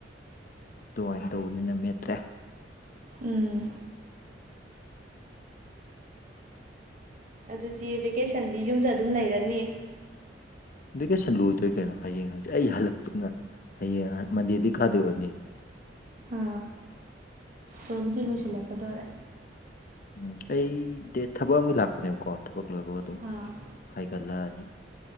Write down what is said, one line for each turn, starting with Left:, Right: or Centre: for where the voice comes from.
Left: ꯑꯗꯨꯃꯥꯏꯅ ꯇꯧꯕꯅꯤꯅ ꯃꯦꯠꯇ꯭ꯔꯦ
Right: ꯎꯝ ꯑꯗꯨꯗꯤ ꯚꯦꯀꯦꯁꯟꯗꯤ ꯌꯨꯝꯗ ꯑꯗꯨꯝ ꯂꯩꯔꯅꯤ
Left: ꯚꯦꯀꯦꯁꯟ ꯂꯣꯏꯗꯣꯔꯦ ꯀꯩꯅꯣ ꯍꯌꯦꯡ ꯍꯪꯆꯦ ꯑꯩ ꯍꯜꯂꯛꯇ ꯍꯌꯦꯡ ꯃꯟꯗꯦꯗꯤ ꯀꯥꯗꯣꯏ ꯑꯣꯏꯔꯝꯅꯤ
Right: ꯑ ꯂꯣꯏꯕꯨꯗꯤ
Left: ꯎꯝ
Right: ꯂꯣꯏꯁꯜꯂꯛꯀꯗꯧꯔꯦ
Left: ꯎꯝ ꯑꯩ ꯗꯦ ꯊꯕꯛ ꯑꯃꯒꯤ ꯂꯥꯛꯄꯅꯦꯕꯀꯣ ꯊꯕꯛ ꯂꯣꯏꯕꯒ ꯑꯗꯨꯝ
Right: ꯑꯥ
Left: ꯍꯥꯏꯒꯠꯂꯛꯑꯅꯤ